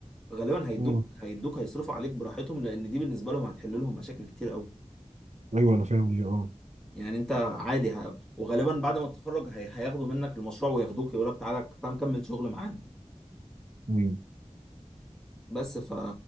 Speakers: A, in the centre; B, on the right.
A: غالبا هيدوك
B: مم.
A: هيدوك هيصرفوا عليك براحتهم لأن دي بالنسبة لهم هتحل لهم مشاكل كتير أوي
B: ايوه انا فاهم دي اه
A: يعني أنت عادي ه... وغالبا بعد ما تتخرج هي... هياخدوا منك المشروع وياخدوك يقول لك تعالى تعالى نكمل شغل معانا
B: مم.
A: بس ف